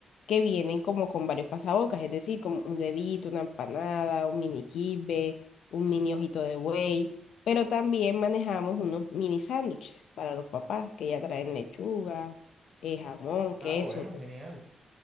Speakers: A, on the left (about 75°); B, on the right (about 30°).
A: que vienen como con varios pasabocas, es decir, como un dedito, una empanada, un mini kibbe, un mini ojito de buey, pero también manejamos unos mini sándwiches para los papás que ya traen lechuga eh, jamón, queso.
B: Ah, bueno, genial.